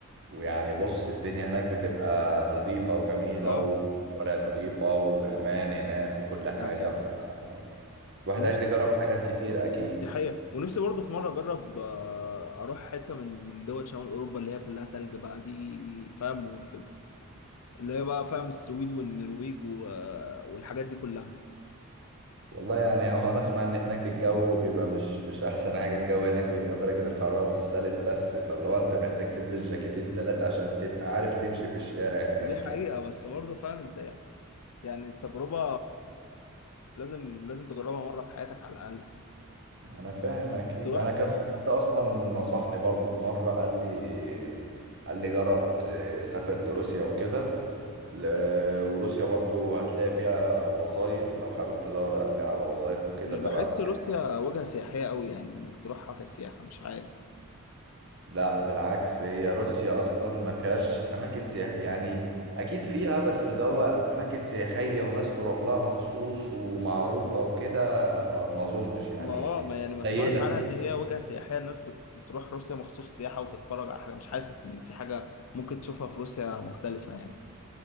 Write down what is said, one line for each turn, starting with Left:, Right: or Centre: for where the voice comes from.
Right: ويعني بص الدنيا هناك بتبقى نظيفة وجميلة
Left: اه
Right: وشوارع نظيفة وأمان هناك وكل حاجة
Left: يعني
Right: ف يعني الواحد
Left: نفسي
Right: عايز يجرب حاجات كتير أكيد
Left: دي حقيقة ونفسي برضه في مرة أجرب آه، أروح حتة من من دول شمال أوروبا اللي هي كلها تلج بقى دي فاهم وت- اللي هي بقى فاهم السويد والنرويج و- والحاجات دي كلها
Right: والله يعني هو أنا أسمع إن هناك الجو بيبقى مش مش أحسن حاجة الجو هناك بيبقى درجة الحرارة بالسالب بس فاللي هو أنت محتاج تلبس جاكيتين تلاتة عشان تبقى عارف تمشي في الشارع هناك
Left: ودي حقيقة
Right: يعني
Left: بس برضه فاهم أنت يعني يعني التجربة لازم لازم تجربها مرة في حياتك على الأقل
Right: أنا فاهم أكيد
Left: تروح
Right: أنا كان في حد أصلا نصحني برضو في مرة قال لي قال لي جرب تسافر لروسيا وكده ل- وروسيا برضو هتلاقي فيها وظائف لو حابب تدور قال لي على وظائف وكده
Left: مش
Right: تبع
Left: بحس
Right: مجال
Left: روسيا وجهة سياحية أوي يعني إنك تروحها كسياحة مش عارف
Right: لا بالعكس هي روسيا اصلا ما فيهاش اماكن سياحية يعني اكيد فيها بس اللي هو اماكن سياحية وناس تروح لها مخصوص ومعروفة وكده آه، ما اظنش يعني
Left: ما اه ما يعني ما اسمعش
Right: قليلة
Left: عنها ان هي وجهة سياحية الناس بت- بتروح روسيا مخصوص سياحة وتتفرج على حاجة مش حاسس ان في حاجة ممكن تشوفها في روسيا مختلفة يعني